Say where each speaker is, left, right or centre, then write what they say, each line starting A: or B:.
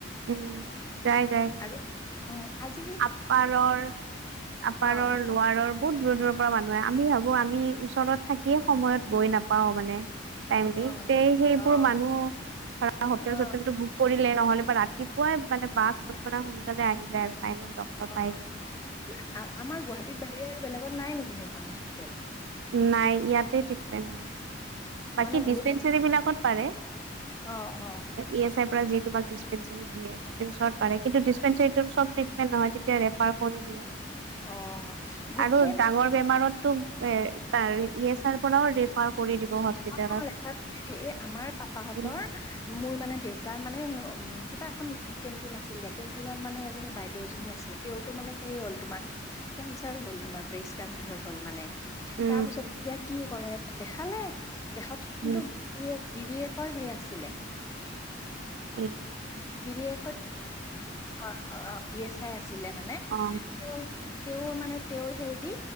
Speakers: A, on the right; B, on the left.
A: উম। যাই যাই
B: আৰু উম, আজি
A: আপাৰৰ, আপাৰৰ,
B: অ অ
A: লোৱাৰৰ বহুত দূৰত দূৰৰ পৰা মানুহ আহে। আমি ভাবো আমি ওচৰত থাকিয়ে সময়ত গৈ নাপাও মানে!
B: অ
A: টাইম দি, তে সেইবোৰ
B: অ
A: মানুহ ধৰা হোটেল-চোটেলটো
B: অ
A: বুক কৰি নহ'লে বা ৰাতিপুৱাই মানে, বাছ মানে সোনকালে আহি যায় আৰু! টাইমত ডক্তৰ
B: অ'
A: পাই যায়
B: আমাৰ গুৱাহাটীত বাহিৰে আৰু বেলেগত নাই নেকি সেইখন হস্পিতেেল?
A: নাই ইয়াতে ট্ৰিটমেণ্ট হয়। বাকী
B: মানে
A: ডিচপেৰেনচিবিলাকত
B: গু
A: পাৰে।
B: অ', অ',
A: ই-এছ-আইৰ পৰা যি তোমাক এই <unintelligible> দিয়ে, তাতে ওচৰত পাৰে। কিন্তু ডিচপেৰেন্সীতটো চব ট্ৰিটমেন্ট নহয়, তেতিয়া ৰেফাৰ কৰি দিয়ে।
B: অ', গোটেই
A: আৰু
B: মানে
A: ডাঙৰ বেমাৰত টো এ তাৰ ই-এছৰ পৰাও ৰেফাৰ কৰি দিব। হস্পিতেলত
B: অ' অ' ৰেফাৰ কৰি দিয়ে। আমাৰ পাপাহঁতৰ
A: উম
B: মোৰ মানে দেউতাৰ মানে, উ কিবা এখন কেণ্টিন আছিলে, কেণ্টিনত মানে এজনী বাইদেউ এজনী আছিলে তেওঁতো মানে সেই হ'ল তোমাৰ, কেঞ্চাৰো হ'ল তোমাৰ। ব্ৰেষ্ট কেঞ্চাৰ হ'ল মানে
A: উম
B: তাৰ পিছত এতিয়া কি কৰে, দেখালে। দেখাতে কিন্তু
A: উম
B: গিৰিয়েকৰ সেই আছিলে।
A: উম।
B: গিৰিয়েকৰ অ' অ' ই-এছ-আই আছিলে মানে।
A: অ
B: তেওঁ তেওঁৰ মানে তেওঁৰ হেইদি,